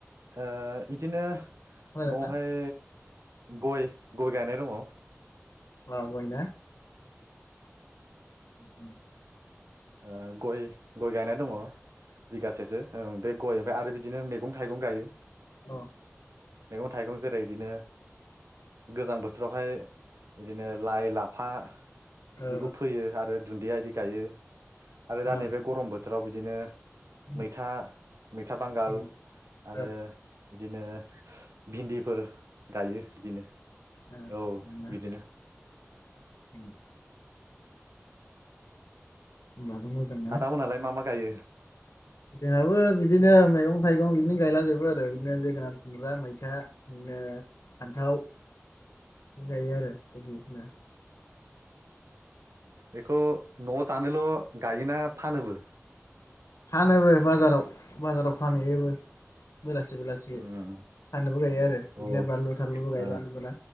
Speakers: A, on the right; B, on the left.
A: ओ इदिनो न'वावहाय
B: खोनादोंना
A: गय गय गायनाय दङ।
B: औ गयना? <inaudible>
A: ओ गय गय गायनाय दङ, बिगासेसो ओ बे गय ओमफ्राय आरो बिदिनो मैगं थाइगं गायो।
B: अ ओ
A: मैगं थाइगं जेरै इदिनो गोजां बोथोरावहाय इदिनो लाइ लाफा
B: ओ
A: बिदिखौ फोयो आरो दुन्दिया इदि गायो। आरो
B: ओ
A: दा नैबे गरम बोथो राव बिदिनो
B: उम,
A: मैथा मैथा बांगाल
B: उम,
A: आरो
B: ओ
A: बिदिनो भिन्दिफोर गायो। बिदिनो
B: ओम
A: औ बिदिनो
B: <unintelligible>
A: <inaudible>
B: होमबाथ' मोजां ना
A: आदा मोनालाय मा मा गायो?
B: जोंहाबो बिदिनो मैगं थाइगं बिनो गायलाजोबो आरो बिदिनो जोगोनार, खुमब्रा, मैथा बिदिनो फान्थाव गायो आरो। बायदिसिना
A: बेखौ न'आव जानोल' गायोना फानोबो?
B: फानोबो बाजाराव बाजाराव फानहैयोबो। बेलासि बेलासि
A: उम
B: फाननोबो गायो आरो बिदिनो
A: औ
B: बानलु -थानलुबो गायला
A: ओ
B: <unintelligible>